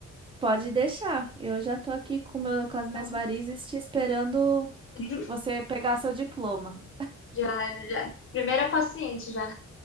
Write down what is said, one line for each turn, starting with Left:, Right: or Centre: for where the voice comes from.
Right: pode deixar. Eu já estou aqui com, o meu, com as minhas
Left: Então,
Right: varizes te esperando
Left: <laughs>
Right: você pegar seu diploma.
Left: já, já. Primeira paciente já.